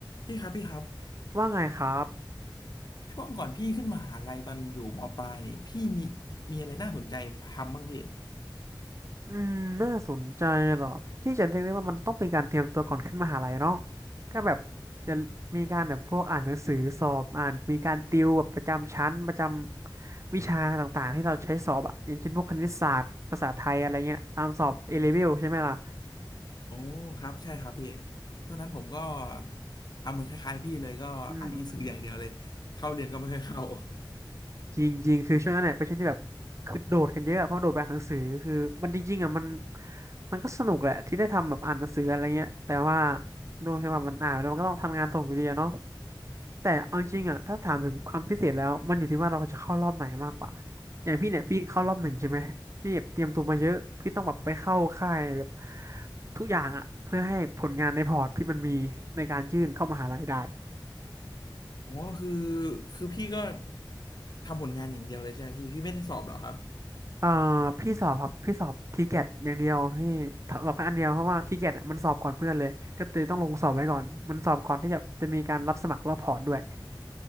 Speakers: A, on the left (about 55°); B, on the right (about 40°).
A: พี่ครับพี่ครับ
B: ว่าไงครับ
A: ช่วงก่อนพี่ขึ้นมหาลัยตอนอยู่มปลายนี่พี่มีมีอะไรน่าสนใจทำบ้างพี่
B: อืม น่าสนใจเหรอ ที่จะเรียกได้ว่ามันต้องเป็นการเตรียมตัวก่อนขึ้นมหาลัยเนาะก็แบบจะมีการแบบพวกอ่านหนังสือสอบอ่านมีการติวแบบประจำชั้นประจำวิชาต่างๆ ที่เราใช้สอบอะอย่างเช่นพวกคณิตศาสตร์ภาษาไทยอะไรเงี้ย ตามสอบเอเลเวลใช่ไหมล่ะ
A: โอ้ครับใช่ครับพี่ช่วงนั้นผมก็ทำเหมือนคล้ายๆพี่เลยก็อ่านหนังสืออย่างเดียวเลยเข้าเรียนก็ไม่ค่อยเข้า
B: อืม จริงจริงคือช่วงนั้นเนี่ยเป็นช่วงที่แบบคือโดดกันเยอะอะเพราะโดดไปอ่านหนังสือคือมันจริงๆอ่ะมันมันก็สนุกแหละที่ได้ทำแบบอ่านหนังสืออะไรเงี้ยแต่ว่าด้วยที่ว่ามันอ่านไปแล้วมันก็ต้องทำงานส่งอยู่ดีอะเนาะแต่เอาจริงอ่ะถ้าถามถึงความพิเศษแล้วมันอยู่ที่ว่าเราจะเข้ารอบไหนมากกว่าอย่างพี่เนี่ยพี่เข้ารอบหนึ่งใช่ไหมพี่แบบเตรียมตัวมาเยอะพี่ต้องแบบไปเข้าค่ายแบบทุกอย่างอ่ะเพื่อให้ผลงานในพอร์ตพี่มันมีในการยื่นเข้ามหาลัยได้
A: อ๋อคือคือพี่ก็ทำผลงานอย่างเดียวเลยใช่ไหมพี่พี่ไม่ได้สอบเหรอครับ
B: เอ่อพี่สอบครับพี่สอบทีเกตอย่างเดียวพี่สอบแค่อันเดียวเพราะว่าทีเกตมันสอบก่อนเพื่อนเลยก็เลยต้องลงสอบไว้ก่อนมันสอบก่อนที่จะจะมีการรับสมัครรอบพอร์ตด้วย